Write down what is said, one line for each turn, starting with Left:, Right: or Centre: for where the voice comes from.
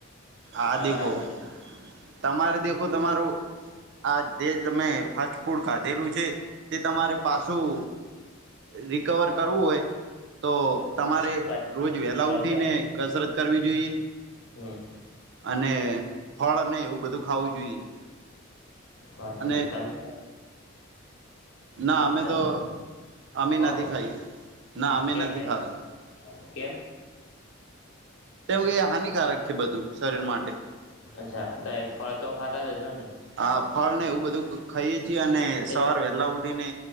Right: આ
Left: તમારા
Right: દેખો
Left: માટેતે
Right: તમારે દેખો તમારું આ જે તમે ફાસ્ટ ફૂડ ખાધેલું છે તે તમારે પાછું રિકવર કરવું હોય તો તમારે
Left: પછી
Right: રોજ વેલા
Left: અચ્છા
Right: ઉઠીને કસરત કરવી જોઈએ
Left: હમ
Right: અને ફળ એવું બધું ખાવું જોઈએ
Left: વાત વાી
Right: અને
Left: તમે
Right: ના અમે
Left: તમે
Right: તો અમે
Left: હોહો
Right: નથી ખાઈએ ના અમે
Left: કેમ
Right: નથી
Left: નઈ
Right: ખાતા
Left: કેમ
Right: કેમ કે હાનિકારક છે બધું શરીર માટે
Left: અચ્છા ત ફળ તો ખાતા જ હશો ને
Right: હા ફળ ને એવું બધું ખઈ એ છીએ અને સવાર
Left: એટલે
Right: વહેલા ઉઠીને